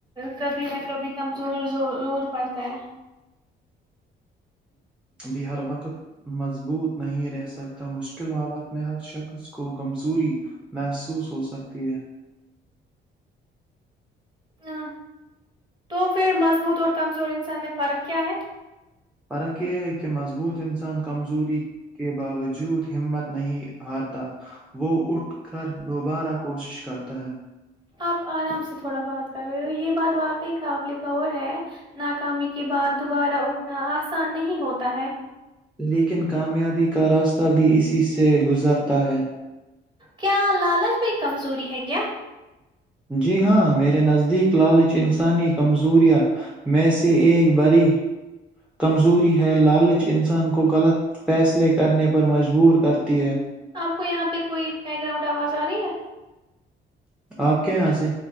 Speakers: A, on the right (about 20°); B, in the centre.
A: کبھی نہ کبھی کمزور ضرور پڑتا ہے
B: بھی ہر وقت مضبوط نہیں رہ سکتا مشکل حالات میں ہر شخص کو کمزوری محسوس ہوسکتی ہے
A: ہ تو پھر مضبوط اور کمزور انسان میں فرق کیا ہے
B: فرق یہ ہے کہ مضبوط انسان انسان کمزوری کے باوجود ہمت نہیں ہارتا وہ اٹھ کر دوبارہ کوشش کرتا ہے
A: آپ آرام سے تھوڑا بات کر رہے ہو یہ بات واقعی کاپ لے ور ہے ناکامی کے بعد دوبارہ اٹھنا آسان نہیں ہوتا ہے
B: لیکن کامیابی کا راستہ بھی اسی سے گزرتا ہے
A: کیا لالچ میں کمزوری ہے کیا
B: جی ہاں میرے نزدیک لالچ انسانی کمزوریاں میں سے ایک بڑی کمزوری ہے لالچ انسان کو غلط فیصلے کرنے پر مجبور کرتی ہے
A: آپ کو یہاں پہ کوئی بیک گراؤنڈ آواز آ رہی ہے
B: آپ کے یہاں سے